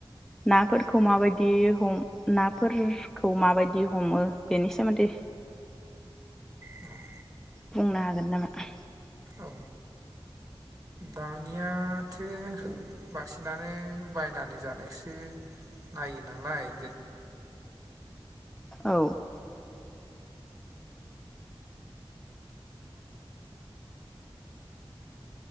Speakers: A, in the centre; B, on the right.
A: नाफोरखौ माबायदि हम नाफोर खौ माबायदि हमो बेनि सोमोन्दै
B: उम।
A: बुंनो हागोन नामा?
B: औ। दानियाथो बांसिनानो बायनानै जानायखोसो नायो नालाय गो
A: औ।